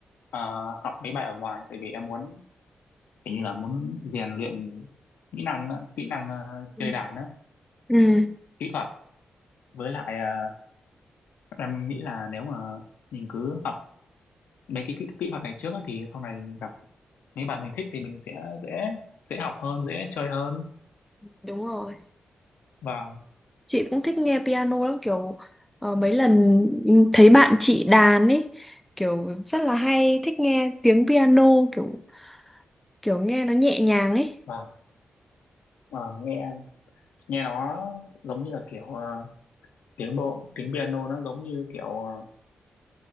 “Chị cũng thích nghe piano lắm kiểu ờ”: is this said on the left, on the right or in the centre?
Centre